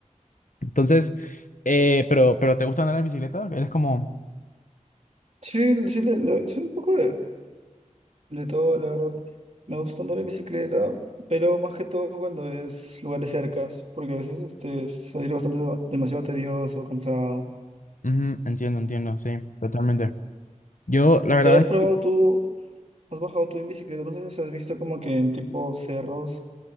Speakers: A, on the left (about 80°); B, on the right (about 55°).
A: Entonces, eh, pero, pero ¿te gusta andar en bicicleta? ¿Eres como...
B: Sí, sí, le, le- sí, un poco de, de todo, la verdad. Me gusta andar en bicicleta, pero más que todo cuando es lugares cercas, porque a veces este, salir bastante demasiado tedioso, cansado.
A: Ujú, Entiendo, entiendo, sí, totalmente. Yo, la verdad
B: Pero has probado
A: es
B: tú. ¿Has bajado tú en bicicleta? No sé si has visto como que en tipo cerros